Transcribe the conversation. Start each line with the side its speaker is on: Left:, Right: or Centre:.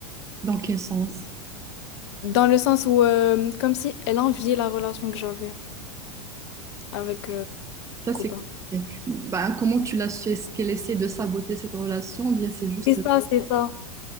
Right: Dans quel sens?
Left: Dans le sens où, euh, comme si elle enviait la relation que j'avais avec euh, mon
Right: Ça,
Left: copain.
Right: c'est compliqué. Ben, comment tu l'as su? Est-ce qu'elle essaie de saboter cette relation? ou Bien, c'est juste.
Left: C'est ça, c'est ça.